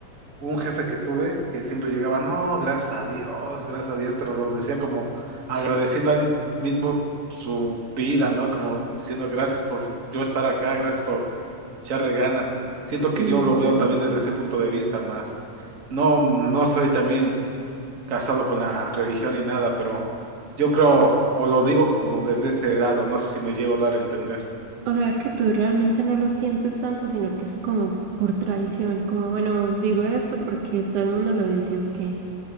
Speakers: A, on the right; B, on the right.
A: un jefe que tuve que siempre llegaba, no, gracias a Dios, gracias a Dios, pero lo decía como agradeciendo a él mismo su vida, ¿no? Como diciendo, gracias por yo estar acá, gracias por echarle ganas. Siento que
B: ujú.
A: yo lo veo también desde ese punto de vista más. No, no soy también casado con la religión ni nada, pero yo creo, o lo digo como desde ese lado, no sé si me llego a dar a entender.
B: O sea que tú realmente no lo sientes tanto, sino que es como por tradición, como bueno, digo eso porque todo el mundo lo dice o qué.